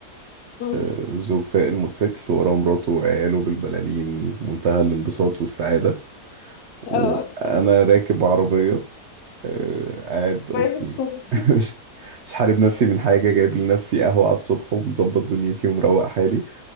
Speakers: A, on the left; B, on the right.
A: مم.
B: آه، الزوج سايق الموتوسيكل وراه مراته وعياله بالبلالين في منتهى الانبساط والسعادة وأنا
A: اه
B: راكب عربية آه، قاعد أوكي
A: مريح الصبح
B: <laughs> مش مش حارب نفسي من حاجة جايب لنفسي قهوة على الصبح ومظبط دنيتي ومروق حالي